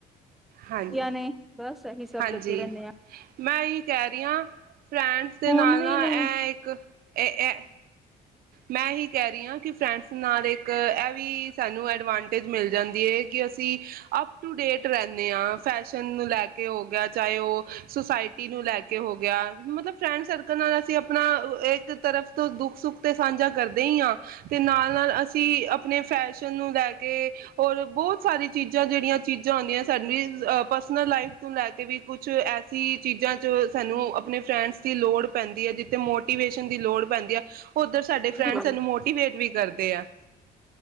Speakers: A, on the right; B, in the centre.
A: ਹਾਂਜੀ
B: ਵਧਆ ਨੇ, ਬਸ ਇਹੀ ਸਭ
A: ਹਾਂਜੀ
B: ਲੱਗੇ ਰਹਿੰਦੇ ਆ।
A: ਮੈਂ ਇਹੀ ਕਹਿ ਰਹੀਆਂ ਫਰੈਂਡਸ ਦੇ
B: ਹੁਣ
A: ਨਾਲ
B: ਵੀ
A: ਨਾ,
B: ਨੇ
A: ਇਹ ਇੱਕ ਇਹ ਐ ਮੈਂ ਇ ਹੀ ਕਹਿ ਰਹੀ ਹਾਂ, ਕਿ ਫਰੈਂਡਸ ਨਾਲ ਇੱਕ ਇਹ ਐਵੀ ਸਾਨੂੰ ਐਡਵਾਂਟ ਮਿਲ ਜਾਂਦੀ ਹੈ, ਕਿ ਅਸੀਂ ਅਪ ਟੂ ਡੇਟ ਰਹਿੰ ਫੈਸ਼ਨ ਨੂੰ ਲੈ ਕੇ ਹੋ ਗਿਆ, ਚਾਹੇ ਉਹ ਸੁਸਾਇਟੀ ਨੂੰ ਲੈ ਕੇ ਹੋ ਗਿਆ, ਮਤਲਬ ਫਰੈਂਡ ਸਰਕਲ ਨਾਲ ਅਸੀਂ ਆਪਣਾ ਇੱਕ ਤਰਫ ਤੋਂ ਦੁੱਖ ਸੁੱਖ ਤੇ ਸਾਂਝਾ ਕਰਦੇ ਹੀ ਹਾਂ, ਤੇ ਨਾਲ ਨਾਲ ਅਸੀਂ ਆਪਣੇ ਫੈਸ਼ਨ ਨੂੰ ਲੈ ਕੇ, ਔਰ ਬਹੁਤ ਸਾਰੀ ਚੀਜ਼ਾਂ, ਜਿਹੜੀਆਂ ਚੀਜ਼ਾਂ ਹੁਦੀਆਂ ਸਾਨੂੰ, ਪਰਸਨਲ ਲਾਈਫ ਤੋਂ ਲੈ ਕੇ ਵੀ ਕੁਛ ਐਸੀ ਚੀਜ਼ਾਂ ਚ ਸਾਨੂੰ ਆਪਣੇ ਫਰੈਂਡਸ ਦੀ ਲੋੜ ਪੈਂਦੀ ਹੈ, ਜਿੱਥੇ ਮੋਟੀਵੇਸ਼ਨ ਦੀ ਲੋੜ ਪੈਂਦੀ ਹੈ। ਓਧਰ, ਸਾਡੇ ਫਰੈਂਡਸ
B: ਬਿਲਕੁਲ
A: ਸਾਨੂੰ ਮੋਟੀਵੇਟ ਵੀ ਕਰਦੇ ਆ।